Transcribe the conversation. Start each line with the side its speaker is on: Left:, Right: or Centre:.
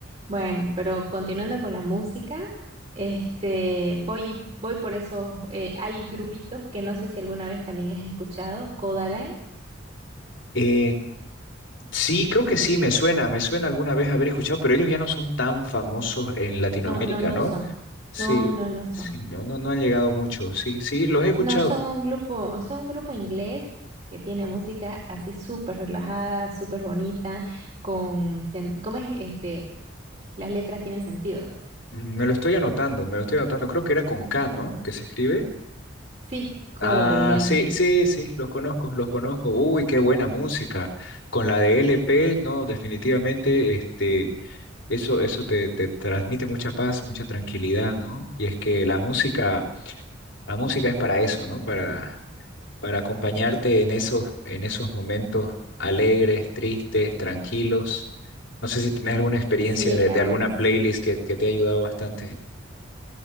Right: Bueno, pero continuando con la música, este, voy, voy por esos, eh, hay grupitos que no sé si alguna vez también has escuchado, Codaline.
Left: Eh, Sí, creo que sí, me suena, me suena alguna vez haber escuchado, pero ellos ya no son tan famosos en Latinoamérica,
Right: No, no, no
Left: ¿no?
Right: son.
Left: Sí,
Right: No, no, no son.
Left: sí, no, no, no han llegado mucho, sí, sí, los he escuchado.
Right: No, son un grupo, son un grupo inglés que tiene música así súper relajada, súper bonita, con, sen- ¿cómo es este? Las letras tienen sentido.
Left: Mm, Me lo estoy anotando, me lo estoy anotando, creo que era con K, ¿no? Que se escribe.
Right: Sí, Codaline.
Left: Ah, sí, sí, sí, los conozco, los conozco. Uy, qué buena música. Con la de L P, no, definitivamente, este, eso, eso te, te transmite mucha paz, mucha tranquilidad, ¿no? Y es que la música, la música es para eso, ¿no? Para para acompañarte en esos, en esos momentos alegres, tristes, tranquilos. No sé si tenés alguna experiencia
Right: Sí,
Left: de,
Right: la
Left: de
Right: verdad
Left: alguna
Right: que.
Left: playlist que, que te ha ayudado bastante.